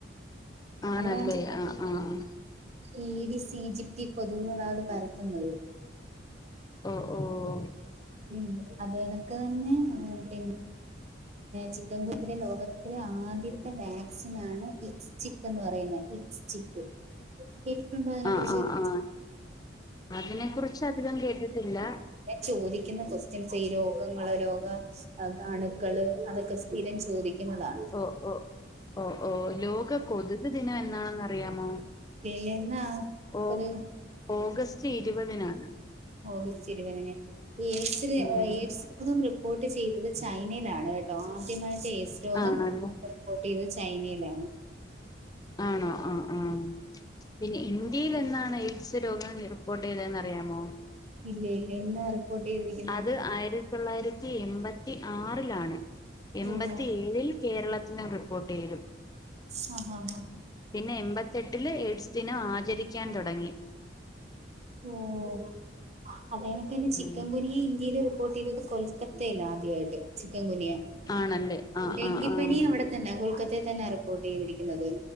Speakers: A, on the left (about 20°); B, on the right (about 35°).
A: ആണല്ലേ
B: അവിടാണ്
A: ആഹ് ആഹ്
B: ഇ ഡി സി ജിപ്റ്റി കൊതുകുകളാ അത് പരത്തുന്നത്
A: ഓഹ് ഓഹ്
B: ഉം അത് എനക്ക് തന്നെ <unintelligible> ചിക്കൻകുനിയകെതിരെ ലോകത്തിലെ ആദ്യത്തെ വാക്സിനണ് ഇക്സ് ചിക് എന്ന് പറയുന്നത് ഇക്സ്റ്റിക്ക് കേട്ടിട്ടുണ്ടോ അയ്നെ
A: ആഹ്
B: കുറിച്ച്
A: ആഹ്
B: ഇല്ല
A: ആഹ് അതിനെ കുറിച്ച് അധികം കേട്ടിട്ടില്ല
B: ഞാൻ ചോദിക്കുന്ന ക്വസ്റ്റ്യൻസ് ഈ രോഗങ്ങള് രോഗ രോഗാണ് രോഗാണുക്കള് അതൊക്കെ സ്ഥിരം ചോദിക്കുന്നതാണ്
A: ഓഹ് ഓഹ് ഓഹ് ലോക കൊതുക് ദിനം എന്നാണെന്ന് അറിയാമോ
B: പിലന്നാ
A: ഓ
B: കൊതുക്
A: ഓഗസ്റ്റ് ഇരുപതിനാണ്
B: ഓഗസ്റ്റ് ഇരുപതിന് <unintelligible>
A: ഉം
B: റിപ്പോർട്ട് ചെയ്തത് ചൈനയിലാണ് കേട്ടോ ആദ്യമായിട്ട് എയ്സ് രോഗം
A: ആണല്ലേ
B: റിപ്പോർട്ട് ചെയ്തത് ചൈനയിലാണ്
A: ആണോ ആഹ് ആഹ് പിന്നെ ഇന്ത്യയിലെന്നാ എന്നാണ് എയ്ഡ്സ് രോഗം റിപ്പോർട്ട് ചെയ്തെന്നറിയാമോ
B: ഇല്ല ഇല്ല ഇന്നാരും <unintelligible>
A: അത് ആയിരത്തി തൊള്ളായിരത്തി എൺപത്തി ആറിലാണ് എൺപത്തി
B: ഓഹോ
A: ഏഴിൽ കേരളത്തിലും റിപ്പോർട്ട് ചെയ്തു
B: <inaudible> ആഹ്
A: പിന്നെ എൺപത്തെട്ടില് എയ്ഡ്സ് ദിനം ആചരിക്കാൻ തുടങ്ങി
B: ഓഹ് അതാനൊക്കെന്നെ ചിക്കൻ
A: ഉം
B: കുനിയ ഇന്ത്യയില് ഫോർട്ടി സിക്സ് കൊൽക്കത്തയിലാ ആദ്യായിട്ട് ചിക്കൻ കുനിയ
A: ആണല്ലേ ആഹ്
B: ഡെങ്കിപ്പനി
A: ആഹ് ആഹ്
B: അവിടെ ത്തന്നെ കൊൽക്കത്തയിൽ തന്നെ റിപ്പോർട്ട് ചെയ്തിരിക്കുന്നത്